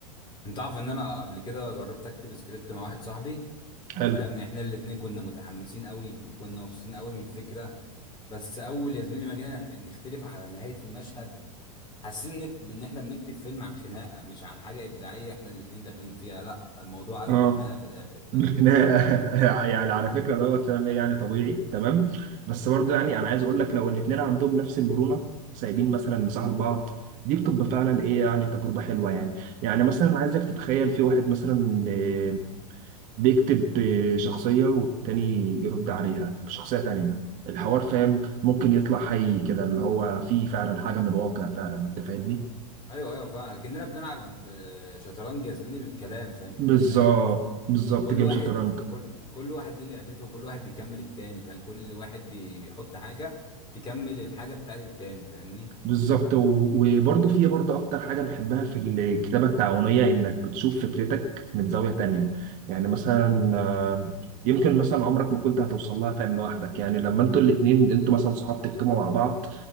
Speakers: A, on the left; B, on the right.
A: انت عارف ان انا قبل كده جربت اكتب سكريبت مع واحد صاحبي
B: حلو
A: فاهم احنا الاتنين كنا متحمسين قوي وكنا مبسوطين قوي من الفكره بس اول يا زميلي ما جينا نختلف على نهايه المشهد حاسين إنك- ان احنا بنكتب فيلم عن خناقه مش عن حاجه ابداعيه احنا الاتنين داخلين فيها لا الموضوع قلب
B: اه
A: بخناقه في الاخر فاهم
B: <laughs> يعني على فكره دوت فاهم ايه يعني طبيعي تمام بس برضه يعني انا عايز اقول لك لو الاثنين عندهم نفس المرونه سايبين مثلا مساحه لبعض دي بتبقى فعلا ايه يعني تجربه حلوه يعني يعني مثلا عايزك تتخيل في واحد مثلا آه، بيكتب آه، شخصيه والتاني يرد عليها بشخصيه تانيه الحوار
A: مم.
B: فاهم ممكن يطلع حي كده اللي هو فيه فعلا حاجه من الواقع فعلا انت فاهمني
A: ايوه ايوه فاهم كاننا بنلعب آه، شطرنج يا زميلي بالكلام فاهم بالكلمات
B: بالظبط
A: آه،
B: بالظبط
A: كل
B: جيم
A: واحد
B: شطرنج
A: كل كل واحد ليه لعبته وكل واحد بيكمل التاني فاهم كل واحد بي- بيحط حاجه تكمل الحاجه بتاعت التاني فاهمني
B: بالظبط و- وبرضه في برضه اكتر حاجه بحبها في الكتابه التعاونيه انك بتشوف فكرتك من زاويه تانية يعني مثلا
A: مم.
B: آه، يمكن مثلا عمرك ما كنت هتوصل لها فاهم لوحدك يعني لما انتوا الاتنين انتوا مثلا صحاب تكتبوا مع بعض